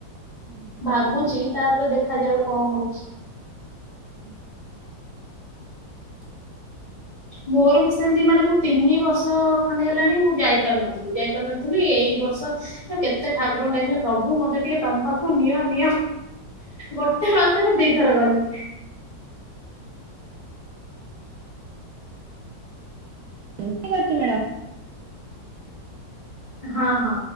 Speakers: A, on the right; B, on the left.
A: ହଁ।
B: ଭାବୁଛି ତାପରେ ଦେ ଖାଯାଉ କଣ ହଉଛି।
A: ହୁଁ ହୁଁ।
B: ମୋର ବି ସେମିତି ମାନେ ମୁଁ ତିନି ବର୍ଷ ଖଣ୍ଡେ ହେଲାଣି ମୁଁ ଯାଇ ପାରୁନଥିଲି ଯାଇ ପାରୁନ ଥିଲି ଏଇ ବର୍ଷ କେତେ ଠାକୁରଙ୍କୁ ଡାକିଲି ପ୍ରଭୁ ମତେ ଟିକେ ତମ ପା ନିଅ ନିଅ ଗୋଟେ ମାସରେ ଦିଥର ଗଲି।
A: ଠିକ ଅଛି ମ୍ୟାଡ଼ାମ।
B: ହଁ ହଁ।